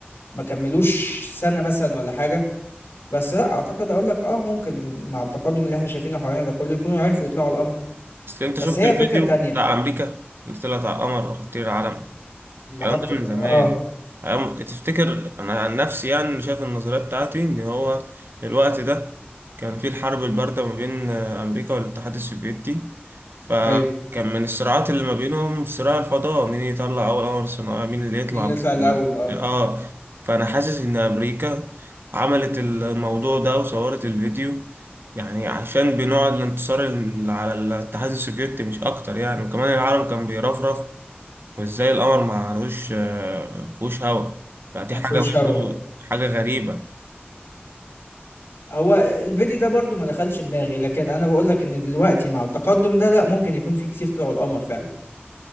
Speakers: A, on the left (about 85°); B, on the right (about 65°).
A: ما كملوش سنة مثلا ولا حاجة بس لا اعتقد اقول لك اه ممكن مع التقدم اللي احنا شايفينه حوالينا ده كله يكونوا عرفوا يطلعوا على القمر
B: اصل انت
A: بس
B: شفت
A: هي
B: الفيديو
A: فكرة تانية
B: بتاع امريكا اللي طلعت على القمر وحطيت العلم
A: لما
B: الكلام
A: حط
B: ده من زمان
A: اه
B: أم- تفتكر انا عن نفسي يعني شايف النظريه بتاعتي ان هو الوقت ده كان في الحرب البارده ما بين آه، امريكا والاتحاد السوفيتي فكان
A: ايوه
B: من الصراعات اللي ما بينهم صراع الفضاء مين يطلع اول قمر صناعي مين اللي يطلع
A: مين
B: بس
A: يطلع الاول اه
B: اه فانا حاسس ان امريكا عملت الموضوع ده وصورت الفيديو يعني عشان بنوع الانتصار ال- على الاتحاد السوفيتي مش اكتر يعني وكمان العالم كان بيرفرف وازاي القمر ما لهوش آه، فيهوش هوا فدي
A: ما
B: حاجة
A: فيهوش هوا
B: برضو حاجة غريبة
A: هو الفيديو ده برضو ما دخلش دماغي لكن انا بقول لك ان دلوقتي مع التقدم ده لا ممكن يكون في كتير طلعوا القمر فعلا